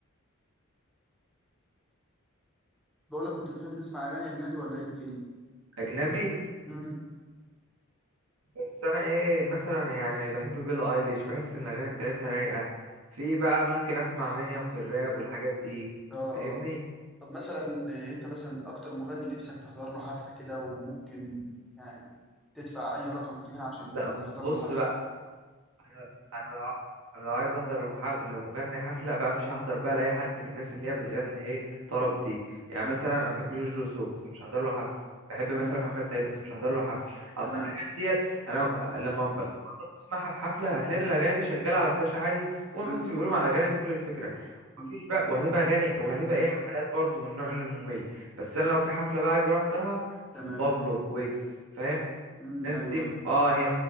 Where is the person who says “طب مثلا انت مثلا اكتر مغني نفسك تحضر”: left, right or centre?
Centre